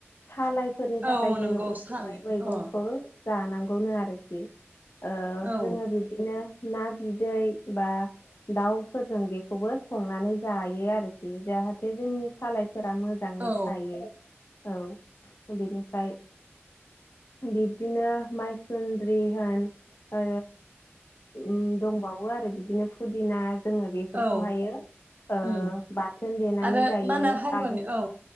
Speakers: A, on the left (about 60°); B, on the right (about 35°).
A: सालायफोरनि थाखाय
B: औ
A: जोङो
B: नंगौ
A: उसुमै
B: सानो
A: मैगंखौ
B: अ
A: जानांगौनो आरोखि। ओ
B: औ
A: जोङो बिब्दिनो ना बिदै बा दाउफोरजों बेखौबो संनानै जायो आरोखि जाहाथे जोंनि सालाय फोरा मोजाङै
B: औ
A: थायो औ बेनिफ्राय बिब्दिनो माइसुन्द्रि होन ओ उम दंबावो आरो बिदिनो फुदिना जोङो बेफोरखौहायो
B: औ
A: ओ
B: उम
A: बाथोन देनानै
B: आरो
A: जायो।
B: मा होनो हाग्रानि
A: आरो
B: औ